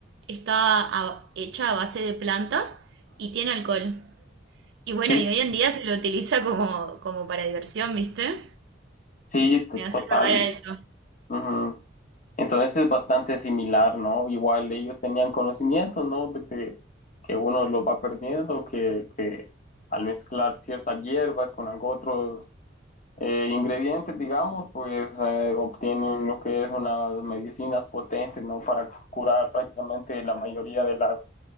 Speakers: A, on the right (about 65°); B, on the left (about 40°).
A: Está a- hecha a base de plantas y tiene alcohol. Y bueno,
B: Sí,
A: y hoy en día se lo utiliza como, como para diversión, ¿viste?
B: sí, to-
A: Me hace
B: total.
A: acordar a eso.
B: Ujú. Entonces es bastante similar, ¿no? Igual ellos tenían conocimientos ¿no? De que, que uno lo va perdiendo, que, que al mezclar ciertas hierbas con algo otros eh, ingredientes, digamos, pues eh, obtienen lo que es unas medicinas potentes, ¿no? Para curar prácticamente la mayoría de las